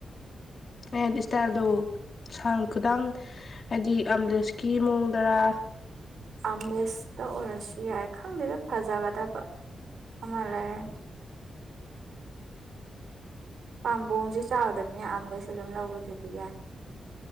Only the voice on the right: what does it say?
ꯑꯝꯂꯦꯁꯇ ꯑꯣꯏꯔꯁꯨ ꯌꯥꯏ ꯈꯪꯗꯦꯗ ꯐꯖꯒꯗꯕ ꯑꯃ ꯂꯩꯔꯅꯤ ꯄꯥꯝꯕꯣꯝꯁꯦ ꯆꯥꯎꯗꯝꯅꯤꯅ ꯑꯝꯂꯦꯁ ꯑꯗꯨꯝ ꯂꯧꯕꯗꯨꯗꯤ ꯌꯥꯏ